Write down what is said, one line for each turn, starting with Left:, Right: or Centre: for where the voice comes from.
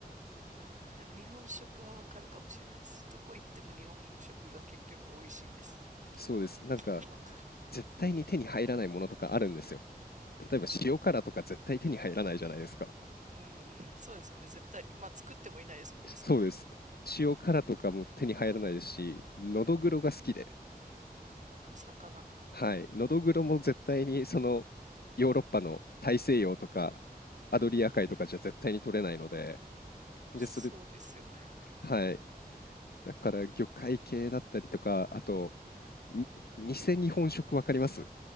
Right: ああ、でも日本食はわかるかもしれないです。どこ行っても日本食が結局美味しいです。
Left: そうです。なんか、
Right: それはわか
Left: 絶対に手に入らないものとかあるんですよ。例えば塩辛とか絶対手に入らないじゃないですか。
Right: る。うん。うん。そうですよね。絶対。まあ、作ってもいないですもんね、
Left: そうです。
Right: そんな
Left: 塩辛とかも手に入らないですし、のどぐろが好きで、
Right: 魚。
Left: はい、のどぐろも絶対にそのヨーロッパの大西洋とかアドリア海とかじゃ絶対に取れないので、
Right: うん。
Left: で、
Right: そうですよね。
Left: それ、はい、だから魚介系だったりとか、あと、に偽日本食わかります